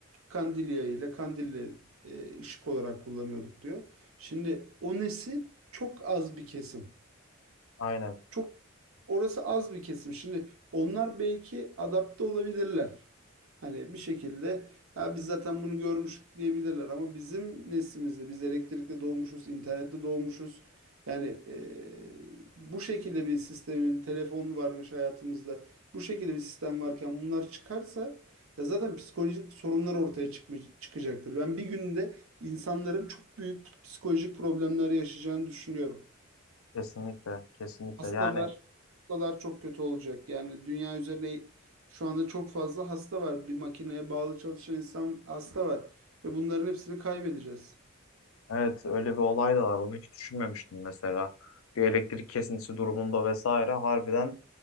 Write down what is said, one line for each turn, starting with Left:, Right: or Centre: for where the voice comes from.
Right: Kandilya ile kandille e, ışık olarak kullanıyorduk diyor. Şimdi o nesil çok az bir kesim.
Left: Aynen,
Right: Çok orası az bir kesim. Şimdi onlar belki adapte olabilirler. Hani bir şekilde ya biz zaten bunu görmüştük diyebilirler ama bizim neslimizde biz elektrikle doğmuşuz, internette doğmuşuz. Yani eee, bu şekilde bir sistemin telefon varmış hayatımızda. Bu şekilde bir sistem varken bunlar çıkarsa ya zaten psikolojik sorunlar ortaya çıkmay- çıkacaktır. Ben bir günde insanların çok büyük psikolojik problemler yaşayacağını düşünüyorum.
Left: kesinlikle, kesinlikle.
Right: Hastalar
Left: Yani
Right: hastalar çok kötü olacak. Yani dünya üzerinde şu anda çok fazla hasta var. Bir makineye bağlı çalışan insan hasta var. Ve bunların hepsini kaybedeceğiz.
Left: evet öyle bir olay da var. Onu hiç düşünmemiştim mesela. Bir elektrik kesintisi durumunda vesaire harbiden